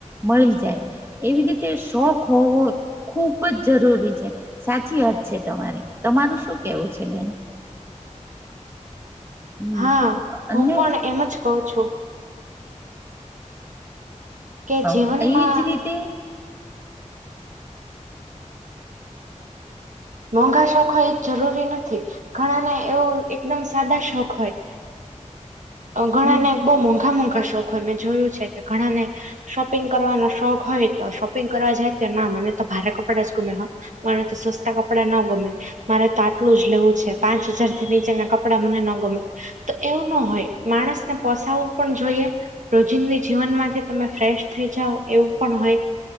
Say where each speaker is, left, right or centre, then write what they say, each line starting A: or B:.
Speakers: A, on the right (about 20°); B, on the right (about 75°).
A: મળી જાય એવી રીતે શોખ હોવો ખુબ જ જરૂરી છે સાચી વાત છે તમારી તમારું શું કેવું છે બેન હમ
B: હા
A: અને
B: હું પણ એમ જ કહુ છું કે
A: હ
B: જીવનમાં
A: એવીજ રીતે
B: મોંઘા શોખ હોય એ જરૂરી નથી ઘણા ને એવો એકદમ સાદા શોખ હોય ઘણા
A: હમ
B: ને બોહ મોંઘા મોંઘા શોખ હોય મેં જોયું છે કે ઘણાને શોપિંગ કરવાનો શોખ હોય તો શોપિંગ કરવા જાય તો ના મને તો ભારે કપડા જ ગમે હ મારે તો સ કપડા નો ગમે મારે તો આટલું જ લેવું છે પાંચ હજાર થી નીચેના કપડાં મને નો ગમે તો એવું નો હોય માણસને પોસાવવું પણ જોઈએ રોજિંદી જીવન માંથી તમે ફ્રેશ થઈ જાઓ એવું પણ હોય